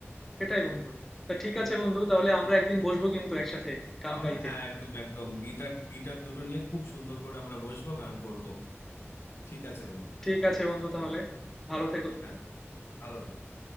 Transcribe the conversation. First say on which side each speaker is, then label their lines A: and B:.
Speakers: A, in the centre; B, on the left.
A: সেটাই বন্ধু তা ঠিক আছে বন্ধু তাহলে আমরা একদিন বসবো কিন্তু একসাথে গান
B: আমরা
A: গাইতে
B: হ্যাঁ একদম একদম গিটার গিটার দুটো নিয়ে খুব সুন্দর করে আমরা বসবো গান করব ঠিক আছে বন্ধু
A: ঠিক আছে বন্ধু তাহলে ভালো থেকো তুমি
B: হ্যাঁ ভালো থাকবে